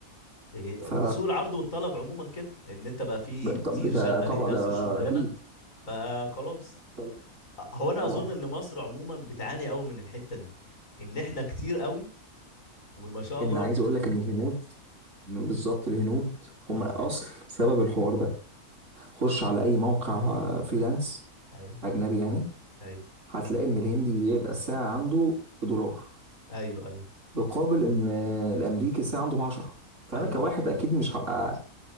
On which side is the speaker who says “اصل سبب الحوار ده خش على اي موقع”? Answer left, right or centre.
Right